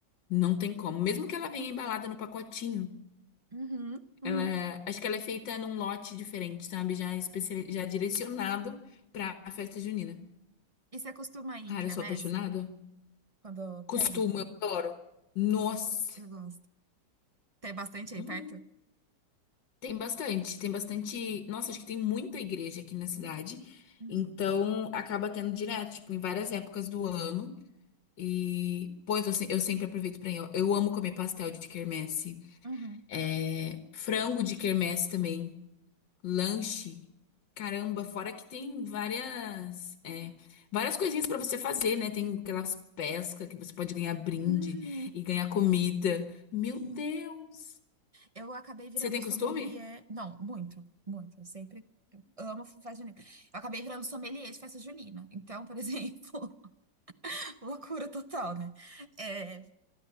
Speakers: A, on the left (about 80°); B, on the right (about 35°).
A: Não tem como. Mesmo que ela venha embalada no pacotinho,
B: Uhum, uhum.
A: ela, acho que ela é feita num lote diferente, sabe? Já especi... já direcionado pra festa junina.
B: E você costuma ir
A: Cara,
B: em quermesse?
A: eu sou apaixonada.
B: Quando tem?
A: Costumo, eu adoro. Nossa.
B: Eu gosto. Tem bastante
A: Hum.
B: aí perto?
A: Tem bastante, tem bastante. Nossa, acho que tem muita igreja aqui na cidade.
B: Uhum,
A: Então, acaba tendo direto, tipo, em várias épocas do ano. E, pois, eu, se- eu sempre aproveito pra ir. ó. Eu amo comer pastel de quermesse.
B: uhum,
A: É, frango de quermesse também. Lanche. Caramba, fora que tem várias, é, várias coisinhas pra você fazer, né? Tem aquelas pescas que você pode ganhar brinde
B: uhum.
A: e ganhar comida. Meu
B: Sim.
A: Deus!
B: Eu acabei virando
A: Você tem
B: sommelier.
A: costume?
B: Não, muito, muito. Eu sempre eu amo festa junina. Eu acabei virando sommelier de festa junina. Então, por exemplo, <laughs> loucura total, né? É,